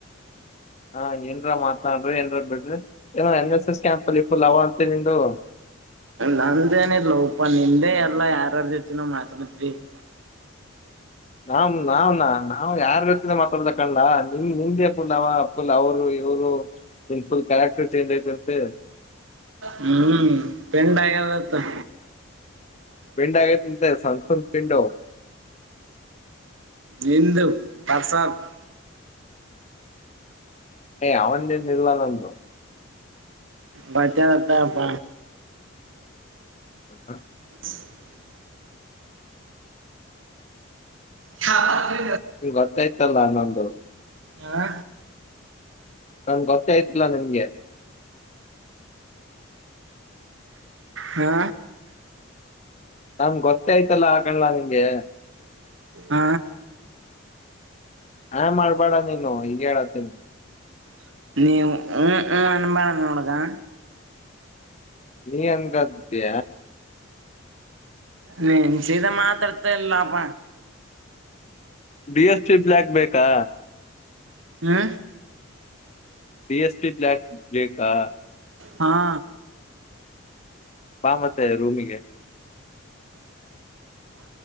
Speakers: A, on the left; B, on the right.
A: ಹಾ ಏನ್ರ ಮಾ ನ್ ಏ ಬಿಡ್ರಿ ಏ ಎನ್ ಎಸ್ ಎಸ್ ಕ್ಯಾಂಪ್ ಅಲ್ಲಿ ಫುಲ್ ಅವ ಅಂತ ನಿು
B: ನಂದೇನ ಇ ಲ ಉಪಾ ನಿಂದೇ ಎಲ್ಲಾ ಯಾರಾರ್ ಜೊತಿನೋ ಮಾತಾಡಿದವಿ <inaudible>
A: ನಾವ್ ನಾವ್ ನ ನಾವ್ ಯಾರ್ ವ್ಯಕ್ತಿ ಮಾತಾಡ್ದ ಕಣ ನಿಮ್ ನಿಮ್ದೆ ನಾವ ಅಪ್ಪುಲ್ ಅವರು ಇವರು ನಿನ್ ಫುಲ್ ಕ್ಯಾರೆಕ್ಟರ್ ಚೇಂಜ್ ಐತಂತೆ
B: ಹ್ಮ್ ಪೆಂಡ ಆಗದತ್ತ <unintelligible>
A: ಪಿಂಡ್ ಆಗೈತಂತೆ ಸಂತನ್ ಪಿಂಡು
B: ಹಂದು ಪ್ರಸಾಬ್ <unintelligible>
A: ಏ ಅವಂದೇನಿಲ್ಲ ನಮ್ದು
B: ಬಚತಪ್ಪ
A: ಹ ಹ
B: <inaudible> ಹತೆ
A: ನಿಂಗ್ ಗೊತ್ತಾಯ್ತಲ್ಲ ನಂದು
B: ಹ
A: ನಾ ಗೊತ್ತಯ್ತಿಲಾ ನಿನ್ಗೆ
B: ಹಾ
A: ನಮ್ ಗೊತ್ತೇ ಆಯ್ತಲ್ಲ ಆಕಣಲ ನಿಂಗೆ
B: ಆ
A: ಹಾ ಮಾಡ್ಬೇಡ ನೀನು ಹಗ ಹೇಳತ್ತೀನ್ಿ
B: ನೀ ಹ್ಮ್ ಹ್ಮ್ ನನಂಬಳ ಕೊಡುಗಾ
A: ನೀ ಅನ್ಂಗ್ದ
B: ನೆನ್ಚೀದಾ ಮಾತ್ರತಲ್ಲಪ
A: ಬಿ ಎಸ್ಟಿ ಬ್ಲಯಾಕ್ ಬೇಕಾ
B: ಹ
A: ಪ ಎಸ್ ಪಿ ಬ್ಲಾಕ್ ಬ್ಲೇೇಕಾ
B: ಹಾ
A: ಬಾ ಮತ್ತೆ ರೂಮಿಗೆ